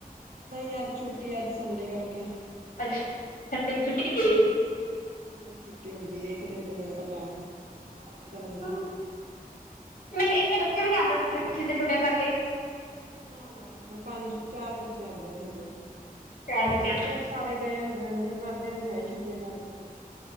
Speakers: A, on the right (about 85°); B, on the left (about 75°).
A: ਨਹੀਂ ਅੱਜ ਛੁੱਟੀ ਅੱਜ ਸੰਡੇ ਕਰਕੇ।
B: ਅੱਛਾ, ਅੱਜ ਸੰਡੇ ਦੀ ਛੁੱਟੀ ਕੀਤੀ ਏ।
A: ਸੰਡੇ ਦੀ ਛੁੱਟੀ ਹੁੰਦੀ ਹੈ ਇੱਕ ਦਿਨ ਤੇ ਮਿਲਦਾ ਟਾਈਮ ਆਰਾਮ ਕਰਨ ਦਾ।
B: ਮੈਂ ਕਿਹਾ ਇੰਨੇ ਬੱਚੇ ਵੀ ਨੀ ਆਦੇ ਟਿਊਸ਼ਨ ਦੀ ਛੁਟੀਆਂ ਕਰਕੇ।
A: ਨਾ, ਨਾ, ਪੰਜ ਚਾਰ ਬੱਚੇ ਆਉਂਦੇ ਨੇ ਹਜੇ,
B: ਚਾਰ ਬੱਚਿਆਂ
A: ਛੁੱਟੀਆਂ
B: ਨੂੰ
A: ਸਾਰੇ ਗਏ ਹੁੰਦੇ ਨੇ ਫਿਰ ਮੈਂ ਅੱਧਿਆਂ ਦੀ ਮੈਂ ਹੀ ਛੁਟੀਆਂ ਕਰਦੀਆਂ ਨੇ।